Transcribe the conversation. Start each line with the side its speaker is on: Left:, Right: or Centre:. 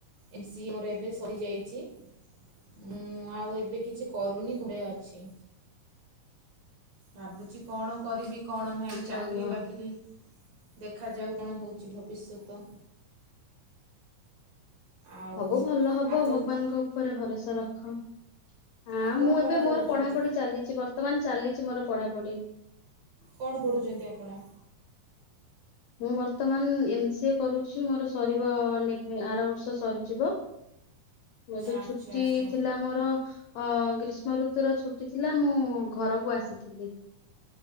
Right: ଏମ ସି ଏ ମୋର ଏବେ ସରିଯାଇଚି। ମୁଁ ଆଉ ଏବେ କିଛି କରୁନି ଘରେ ଅଛି। ଭାବୁଚି କଣ କରିବି କଣ ନାହିଁ
Left: ଆଚ୍ଛା
Right: ଚାକିର
Left: ଘ-
Right: ବାକିରି। ଦେଖାଯାଉ କଣ ହଉଚି ଭବିଷ୍ୟତ। ଆଉ
Left: ସବୁ ଭଲ ହବ
Right: ଆପଣ
Left: ଭଗବାନଙ୍କ
Right: ତ
Left: ଉପରେ ଭରଷା ରଖ। ହଁ
Right: ଆପଣ
Left: ମୁଁ
Right: କଣ
Left: ଏବେ
Right: ପଢ଼ୁଛନ୍ତି?
Left: ମୋର ପଢାପଢି ଚାଲିଚି। ବର୍ତ୍ତମାନ ଚାଲିଚି ମୋର ପଢାପଢି।
Right: କଣ ପଢ଼ୁଚନ୍ତି ଆପଣ?
Left: ମୁଁ ବର୍ତ୍ତମାନ ଏମ ସି ଏ କରୁଚି। ମୋର ସରିବ ଆରବର୍ଷ ସରିଯିବ। ମୁଁ ଏବେ
Right: ଆଚ୍ଛା
Left: ଛୁଟି
Right: ଆଚ୍ଛା
Left: ଥିଲା ମୋର। ଅ ଗ୍ରୀଷ୍ମ ଋତୁର ଛୁଟି ଥିଲା ମୁଁ ଘରକୁ ଆସିଥିଲି।